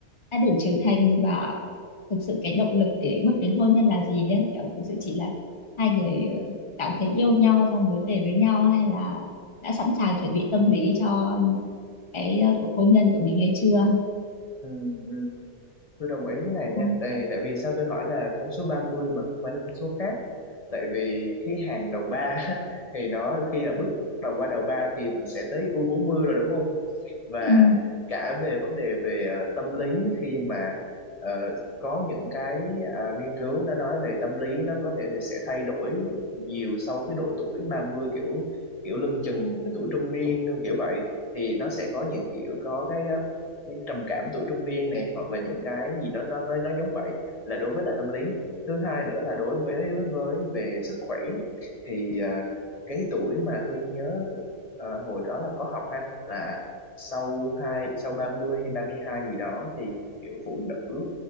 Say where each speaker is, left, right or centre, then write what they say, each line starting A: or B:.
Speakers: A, on the left; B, on the left.
A: đã đủ trưởng thành và thực sự cái động lực để bước đến hôn nhân là gì ấy kiểu thực sự chỉ là hai người ờ, cảm thấy yêu nhau xong muốn về với nhau hay là đã sẵn sàng chuẩn bị tâm lý cho cái ờ, cuộc hôn nhân của mình hay chưa
B: ừ ừ tôi đồng ý cái này nha
A: ừ.
B: tại tại vì sao tôi hỏi là con số 30 mà không phải là con số khác tại vì cái hàng đầu ba <laughs> thì nó khi là bước bắt đầu qua đầu ba thì mình sẽ tới u bốn mươi rồi đúng không và
A: Ừ.
B: cả về vấn đề về ờ, tâm lý khi mà ờ, có những cái ờ, nghiên cứu nó nói về tâm lý nó có thể sẽ thay đổi nhiều sau cái độ tuổi ba mươi kiểu kiểu lưng chừng tuổi trung niên kiểu vậy thì nó sẽ có những kiểu có cái ờ, cái trầm cảm tuổi trung niên này hoặc là những cái gì đó nó nó nó giống vậy là đối với là tâm lý thứ hai nữa là đối với với về sức khỏe thì ờ, cái tuổi mà tôi nhớ ờ, hồi đó là có học ha là sau hai sau 30 hay 32 gì đó thì kiểu phụ nữ